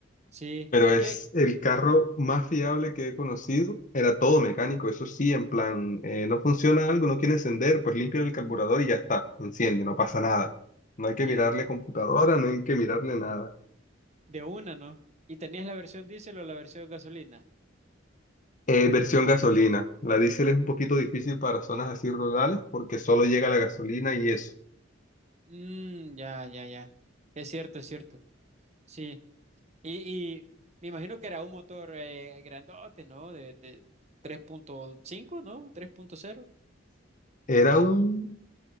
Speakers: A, on the right; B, on the left.
A: Sí,
B: Pero
A: ¿y
B: es
A: qué?
B: el carro más fiable que he conocido. Era todo mecánico, eso sí, en plan, eh, no funciona algo, no quiere encender, pues limpia el carburador y ya está, enciende, no pasa nada. No hay que
A: Y
B: mirarle
A: de,
B: computadora, no hay que mirarle nada.
A: de una, ¿no? ¿Y tenías la versión diésel o la versión gasolina?
B: Eh, versión gasolina. La diésel es un poquito difícil para zonas así rurales porque solo llega la gasolina y eso.
A: Mmm, ya, ya, ya. Es cierto, es cierto. Sí. Y, y me imagino que era un motor eh, grandote, ¿no? De, de tres punto cinco ¿no? 3.0.
B: Era un,